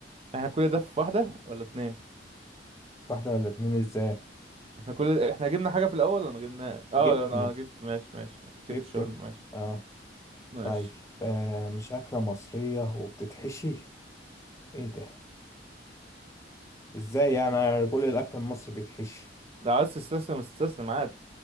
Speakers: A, on the right; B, on the left.
A: احنا كل ده في واحدة ولا اتنين
B: واحدة ولا اتنين ازاي
A: احنا كل احنا جبنا حاجة في الأول ولا ما جبنا اه
B: جبنة
A: انا جبت ماشي ماشي ماشي جبت
B: جبت
A: الشاورما
B: انت
A: ماشي
B: اه
A: ماشي
B: طيب آه مش أكلة مصرية وبتتحشي ايه ده ازاي يعني أنا كل الأكل المصري بيتحشي
A: لو عايز تستسلم استسلم عادي